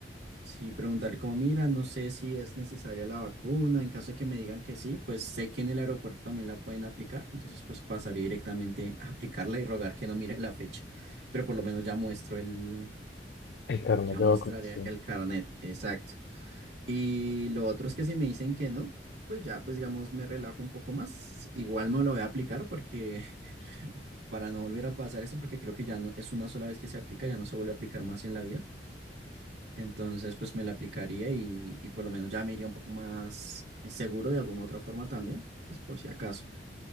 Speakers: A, on the right (about 80°); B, on the left (about 70°).
A: sí, preguntarle como, mira, no sé si es necesaria la vacuna, en caso de que me digan que sí, pues sé que en el aeropuerto también la pueden aplicar, entonces pues pasaría directamente a aplicarla y rogar que no mire la fecha, pero por lo menos ya muestro el,
B: el carnet
A: ya
B: de
A: mostraré
B: vacunación,
A: el carnet, exacto. Y lo otro es que si me dicen que no, pues ya, pues digamos, me relajo un poco más. Igual me lo voy a aplicar porque <laughs> para no volver a pasar eso, porque creo que ya no es una sola vez que se aplica, ya no se vuelve a aplicar más en la vida. Entonces, pues me la aplicaría y, y por lo menos ya me iría un poco más seguro de alguna otra forma también, pues por si acaso.